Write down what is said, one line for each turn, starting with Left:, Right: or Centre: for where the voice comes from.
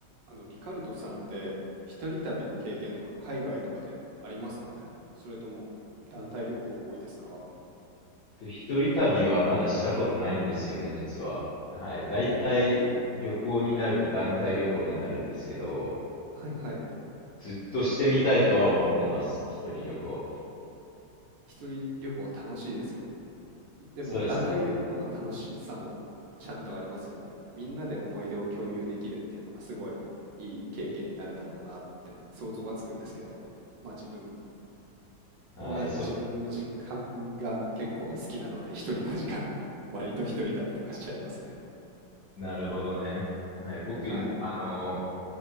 Right: あの、リカルドさんって、一人旅の経験とか海外とかでありますかねそれとも団体旅行が多いですか
Left: と、一人旅はまだしたことないんですよね、実は。はい。大体旅行になると団体旅行になるんですけど、
Right: ほう、はいはい。
Left: ずっとしてみたいとは思ってます。一人旅行。
Right: 一人旅行楽しいですよ。でも団体旅行の楽しさもちゃんとありますよね。
Left: そうですか。
Right: みんなで思い出を共有できるっていうのはすごいいい経験になるだろうなって想像はつくんですけど、まあ自分
Left: はい。
Right: は自分の時間が結構好きなので、
Left: そ、
Right: 一人の時間が割と一人旅とかしちゃいますね。
Left: なるほどね。はい。僕ね、
Right: はい。
Left: あの、